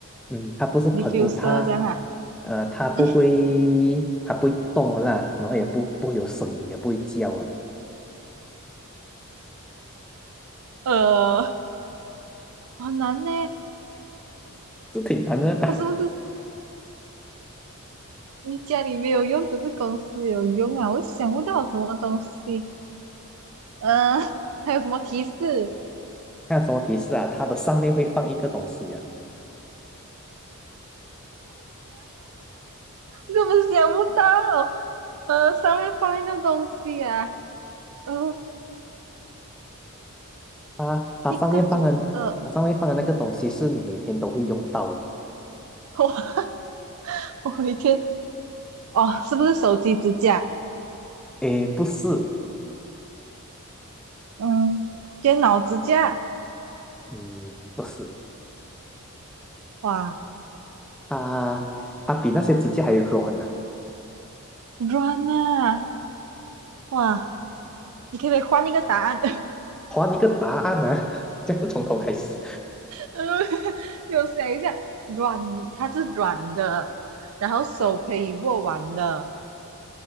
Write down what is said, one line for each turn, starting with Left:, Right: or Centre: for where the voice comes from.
Centre: 嗯，它不是喷雾，
Right: ，diffuser
Centre: 它
Right: 这样啊，
Centre: 呃，它不会，
Right: 嗯
Centre: 它不会动啦，然后也不不会有声音，也不会叫啊，
Right: 呃，好难呢，
Centre: 这挺难的。
Right: 它是不是
Centre: <laughs>
Right: 你家里没有用，可是公司有用啊！我想不到什么东西，呃，<laughs> 还有什么提示？<laughs>
Centre: 看有什么提示啊？它的上面会放一个东西啊，
Right: 根本想不到。呃，上面放一个东西啊，呃，
Centre: 它它上面放的，
Right: 一个东，呃，
Centre: 它上面放的那个东西是你每天都会用到的。
Right: <laughs> 我我回天，哦，是不是手机支架？
Centre: 诶，不是，
Right: 嗯，电脑支架，
Centre: 嗯，不是，
Right: 哇，
Centre: 它它比那些指甲还软呢、
Right: 软啊，哇，你可不可以换一个答案？<laughs>
Centre: 还你一个答案啊，<laughs> 这样不从头开始。
Right: 嗯，有想一下，软，它是软的，然后手可以握完的，